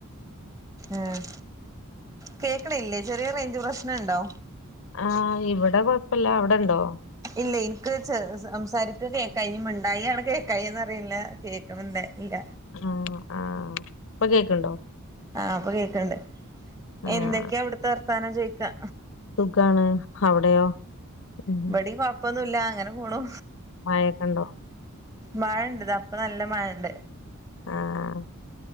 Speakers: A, on the right (about 15°); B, on the left (about 65°).
A: അഹ് കേക്ക്ണില്ലേ ചെറിയ റേഞ്ച് പ്രശ്നംണ്ടോ?
B: ആഹ് ഇവിടെ കൊഴപ്പല്ലാ അവിടെണ്ടോ?
A: ഇല്ല ഇന്ക്ക് ച് സംസാരിക്ക് കേക്കായിനി മിണ്ടായിയാണ് കേക്കായിന്നറീല്ല. കേക്കണ് ണ്ടല്ല.
B: ആഹ് ആഹ് ഇപ്പൊ കേക്ക്‌ണ് ണ്ടോ?
A: ആഹ് അപ്പൊ കേക്കണ്ട്
B: ആഹ്
A: എന്തെക്കെയാ അവിടത്തെവർത്താനൊ ചോയിക്കാ
B: സുഖാണ് അവിടെയോ ഉം
A: ഇബടീ കൊഴപ്പൊന്നുല്ല അങ്ങന പോണൂ
B: മഴക്കെണ്ടോ
A: മഴ ഇണ്ട് ഇത ഇപ്പ നല്ല മഴണ്ട്
B: ആഹ